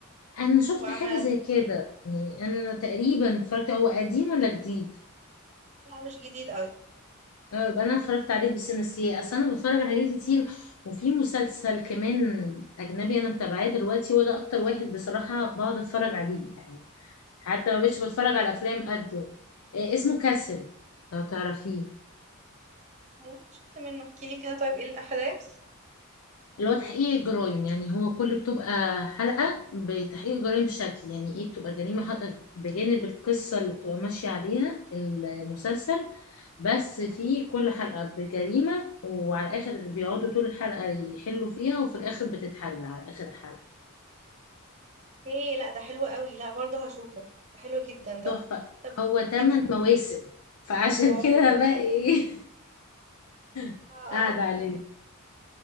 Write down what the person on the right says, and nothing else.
وبقى
ما
لا مش جديد قوي
اسمه
ايه
هو شفت منه احكي لي كده طيب ايه الاحداث
ايه لا ده حلو قوي لا برضه هشوفه ده حلو جدا ده
طب
انت
اوه
اه
اه